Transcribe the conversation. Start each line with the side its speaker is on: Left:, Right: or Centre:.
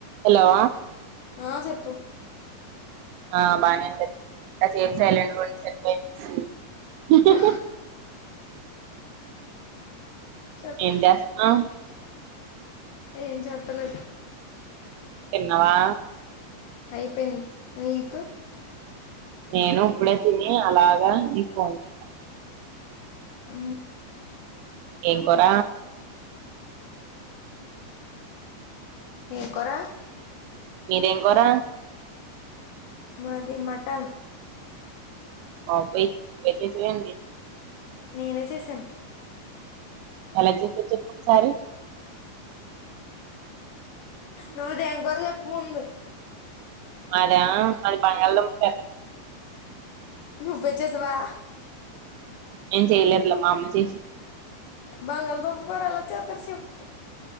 Right: hello
Left: ఆ చెప్పు
Right: ఆ బానే ఉంటది కాసేపు సైలెంట్ గుంటే సరిపోయి కే
Left: ఆ
Right: సార్
Left: చెప్
Right: ఏం చేస్తాం
Left: ఏం చెప్పలేదు
Right: తిన్నవా
Left: అయిపోయింది మీకు
Right: నేను ఇప్పుడే తిని అలాగా నీక్ ఫోన్ చేసాను
Left: ఉ
Right: ఏం కూర
Left: ఎం కూర
Right: మీరేం కూర
Left: మాది మటన్
Right: ఓపీ మెసేజ్లండి
Left: నేనే చేశాను
Right: ఎలా చేసావ్ చెప్పు ఒకసారి
Left: నువ్వు దేంకూర చెప్పు ముందు
Right: మాద మాది బంగాళదుంప కర్రి
Left: నువ్వే చేశావా
Right: నెన్ చేయలేదులే మా అమ్మ చేసి
Left: బంగళదుంప కూర ఎలా సేత్తారు చెప్పు